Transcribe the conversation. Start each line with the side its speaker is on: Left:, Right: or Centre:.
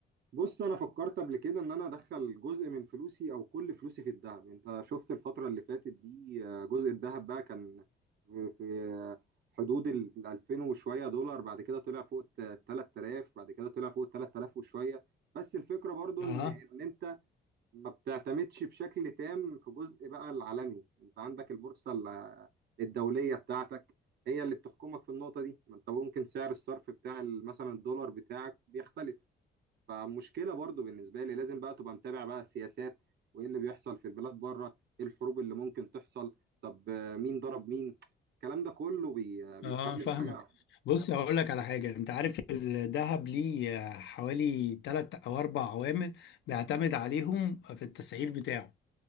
Right: بص انا فكرت قبل كده ان انا ادخل جزء من فلوسي او كل فلوسي في الذهب انت شفت الفترة اللي فاتت دي آه، جزء الذهب بقى كان في في آه، حدود ال 2000 وشوية دولار بعد كده طلع فوق ال 3000 بعد كده طلع فوق ال 3000 وشوية بس الفكرة برضو
Left: اها
Right: ان ان انت ما بتعتمدش بشكل تام في جزء بقى العالمي انت عندك البورصة ال- آه، الدولية بتاعتك هي اللي بتحكمك في النقطة دي ما انت ممكن سعر الصرف بتاع ال- مثلا الدولار بتاعك بيختلف فمشكله برضو بالنسبه لي لازم بقى تبقى متابع بقى السياسات وايه اللي بيحصل في البلاد بره ايه الحروب اللي ممكن تحصل طب آه، مين ضرب مين الكلام ده كله بي آه، بيخلي
Left: اه فاهمك
Right: الحاجه
Left: بص هقول لك على حاجه انت عارف الذهب ليه حوالي تلات او اربع عوامل بيعتمد عليهم في التسعير بتاعه